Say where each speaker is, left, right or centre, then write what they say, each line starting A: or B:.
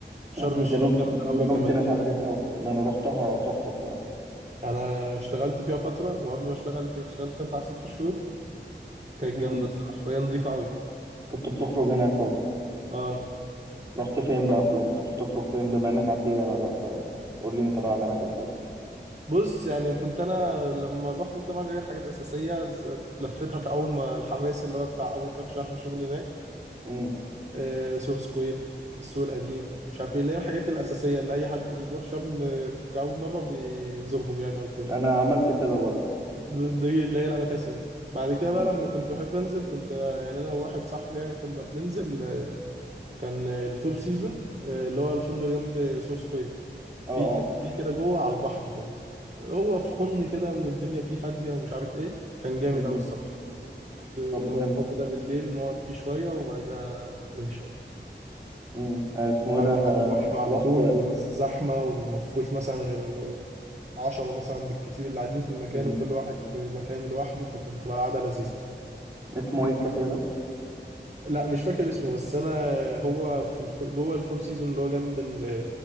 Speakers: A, on the right; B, on the right.
A: شرم
B: يعني
A: الشيخ
B: جنوب
A: جامدة قوي
B: جنوب
A: كمدينة
B: سيناء فيها حاجات قوي ما انا روحتها تحفة بصراحة
A: انا اشتغلت فيها فترة وقبل ما اشتغل فيها اشتغلت فيها بتاع ست شهور كانت
B: امم
A: جامدة الصراحة وهي نضيفة قوي
B: كنت بتخرج هناك طبعا
A: اه
B: رحت فين بقى في الغ- كنت بتخرج فين بما انك على الديانة بقى فقول لي انت بقى على اماكن حلوة
A: بص يعني كنت انا لما بخرج طبعا ليا حاجات اساسية ز- لفيتها في اول ما الحماس اللي هو بتاع اول كام شهر شغل هناك
B: امم
A: آه، سوهو سكوير السوق القديم مش عارف ايه اللي هي الحاجات الاساسيه اللي اي حد بيروح شرم آه، في كاول مره بيزورهم يعني او كده
B: انا عملت كده برضه
A: ب- دي اللي هي الاماكن الاساسيه بعد كده
B: مم.
A: بقى لما كنت بحب انزل كنت آه، يعني انا وواحد صاحبي يعني كنا بننزل آه، كان آه، الفور سيزون آه، اللي هو الفندق اللي جنب سوهو سكوير
B: اه
A: في
B: اه
A: كافيه كده جوه على البحر كده هو في خن كده والدنيا فيه هاديه ومش عارف ايه كان جامد
B: مم.
A: قوي الصراحه كنت كنا
B: طب جامد
A: نروح كده بالليل نقعد فيه شويه وبعد كده نمشي بقى.
B: مم. آه، اسمه ايه
A: قاعد
B: ده آه،
A: على البحر على
B: رحت
A: طول ومش زحمة وما فيهوش مثلا غير عشرة مثلا بالكتير اللي قاعدين في المكان
B: مم.
A: وكل واحد في مكان لوحده فكانت بتبقى القعدة لذيذة
B: اسمه ايه الكافيه ده
A: لا مش فاكر اسمه بس أنا هو في الف... جوه الفور سيزون اللي هو جنب ال